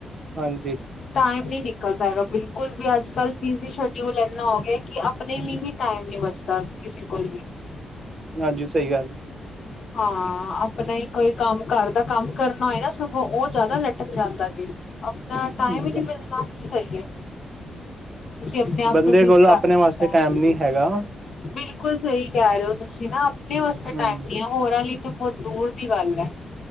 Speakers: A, on the right; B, on the left.
A: ਹਾਂਜੀ
B: ਟਾਈਮ ਨੀ ਨਿਕ <unintelligible> ਤਾਂ ਹੈਗਾ ਬਿਲਕੁਲ ਵੀ ਅੱਜ ਕੱਲ ਬਿਜ਼ੀ ਸ਼ਡਿਊਲ ਇੰਨਾ ਹੋ ਗਿਆ ਕਿ ਆਪਣੇ ਲੀ ਹੀ ਟਾਈਮ ਨੀ ਬਚਦਾ। ਕਿਸੇ ਕੋਲ ਵੀ
A: ਹਾਂਜੀ ਸਹੀ ਗੱਲ
B: ਹਾਂ ਆਪਣਾ ਹੀ ਕੋਈ ਕੰਮ ਘਰ ਦਾ ਕੰਮ ਕਰਨਾ ਹੋਏ ਨਾ ਸਗੋਂ ਉਹ ਜ਼ਿਆਦਾ ਲਟਕ ਜਾਂਦਾ ਜੇ। ਅਪਨਾ ਟਾਈਮ
A: ਅੱਛਾ
B: ਈ ਨੀ ਮਿਲਦਾ ਕੀ ਕਰੀਏ ਅਪਨੇ ਆਪ
A: ਬੰਦੇ
B: ਨੂੰ ਬਿਜ਼ੀ
A: ਕੋਲ ਆਪਣੇ
B: ਰੱਖ
A: ਵਾਸਤੇ
B: ਲੀਤਾ
A: ਟਾਈਮ
B: ਐ।
A: ਨੀ ਹੈਗਾ
B: ਬਿਲਕੁਲ ਸਹੀ ਕਹਿ ਰਹੇ ਓ ਤੁਸੀਂ ਨਾ ਅਪਨੇ ਵਾਸਤੇ
A: ਹੂੰ
B: ਦੀਆ ਹੋਰਾਂ ਲਈ ਤੇ ਬਹੁਤ ਦੂਰ ਦੀ ਗੱਲ ਐ।